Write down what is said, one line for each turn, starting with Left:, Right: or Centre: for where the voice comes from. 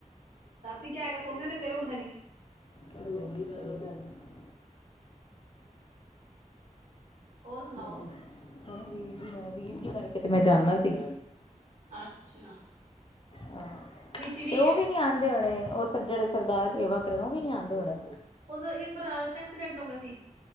Right: ਰਾਤੀ ਕਹਿ ਕੇ ਸੋਦੇ ਨੇ, ਸਵੇਰੇ ਉੱਠਦੇ ਨੀ।
Left: ਸ ਬੀ ਕੇ <unintelligible> ਸਦੇ
Right: ਹੋਰ ਸੁਣਾਓ
Left: ਸੀ ਹਣ ਵੀਰ ਜੀ ਵੀਰ ਜੀ ਕਰਕੇ ਤੇ ਮੈਂ ਜਾਦਾ ਸੀ।
Right: ਅੱਛਾ।
Left: ਹਾਂ
Right: ਪ੍ਰੀਤੀ ਠੀਕ
Left: ਤੇ ਉਹ
Right: ਹੈ
Left: ਵੀ ਨੀ ਆਂਦੇ ਹੋਣੇ ਉਹ ਜਿਹੜੇ ਸਰਦਾਰ ਸੇਵਾ ਕਰਨ ਉਹ ਵੀ ਨੀ ਆਂਦੇ ਹੋਣੇ
Right: ਉਦੋਂ ਇੱਕ ਭਰਾ ਦਾ ਤੇ ਐਕਸੀਡੈਂਟ ਹੋ ਗਿਆ ਸੀ